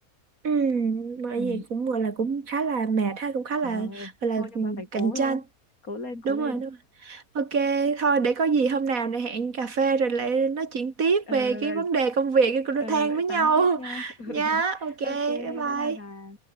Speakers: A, on the right; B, on the left.
A: Ừ, bởi
B: ừ,
A: vì cũng gọi là cũng khá là mệt ha, cũng khá là
B: Ờ,
A: gọi là
B: thôi nhưng
A: ừ,
B: mà phải cố
A: cạnh tranh.
B: thôi cố lên cố
A: Đúng
B: lên
A: rồi, đúng rồi. Ok, thôi để có gì hôm nào này hẹn cà phê rồi lại nói chuyện tiếp
B: Ờ,
A: về
B: lại
A: cái vấn đề công việc cái
B: ờ,
A: cô than
B: lại
A: với
B: tám
A: nhau
B: tiếp nha
A: <laughs>
B: <laughs>
A: nhá. Ok,
B: ok
A: bye bye.
B: bye bye bà